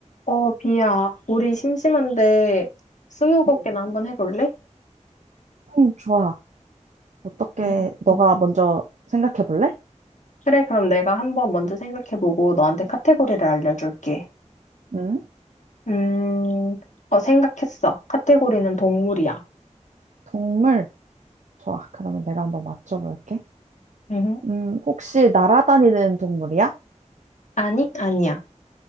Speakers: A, on the left; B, on the right.
A: 어, 비야, 우리 심심한데 스무고개나
B: 음.
A: 한번 해볼래?
B: 음, 좋아. 어떻게,
A: 음,
B: 너가
A: 음.
B: 먼저 생각해 볼래?
A: 그래, 그럼 내가 한번 먼저 생각해보고 너한테 카테고리를 알려줄게.
B: 음,
A: 음, 어, 생각했어. 카테고리는 동물이야.
B: 동물. 좋아. 그러면 내가 한번 맞춰볼게.
A: 음,
B: 음, 혹시 날아다니는 동물이야?
A: 아니? 아니야.